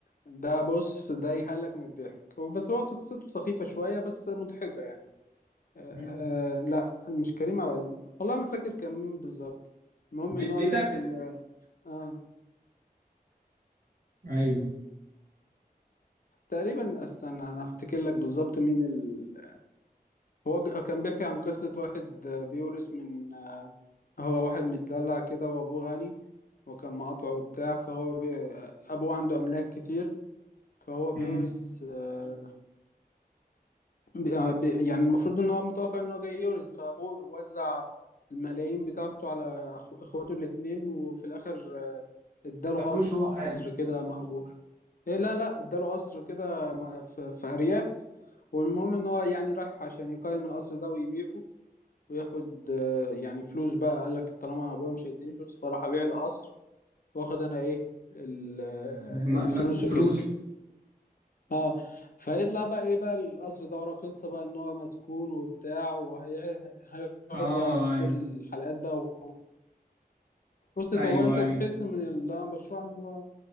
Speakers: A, on the left (about 60°); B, on the right (about 60°).
A: ده بص ده يهلك من الضحك بس هو قصته سخيفة شوية بس مضحكة يعني آه
B: مم.
A: لا مش كريم عبد العزيز والله ما فاكر كان مين بالظبط المهم
B: بيت
A: ان هو
B: بيتك
A: بيحكي ان اه
B: أيوه
A: تقريبا استنى انا افتكر لك بالظبط مين ال... هو ج- كان بيحكي عن قصة واحد آه، بيورث من آه هو واحد متدلع كده وابوه غني وكان مقاطعه وبتاع فهو بي... آه، ابوه عنده املاك كتير فهو بيورث
B: مم.
A: آه، ب- آه، ب- يعني المفروض ان هو متوقع ان هو جاي يورث فابوه وزع الملايين بتاعته على أخو- اخواته الاتنين وفي الاخر آه، اداله
B: مبلوش هو حاجة
A: قصر كده مهجور إيه لا لا اداله قصر كده م- في في ارياف والمهم ان هو يعني راح عشان يقيم القصر ده ويبيعه وياخد آه، يعني فلوس بقى قال لك طالما ابويا مش هيديني فلوس فراح ابيع القصر واخد انا ايه ال- آه،
B: مملكة
A: الفلوس
B: فلوس
A: وكده اه فيطلع بقى ايه بقى القصر ده وراه قصه بقى ان هو مسكون وبتاع وهيقعد
B: اه
A: بقى في
B: ايوه
A: طول الحلقات بقى و... بص انت-
B: ايوه
A: هو انت
B: ايوه
A: تحس من اللي انا بشرحه ان هو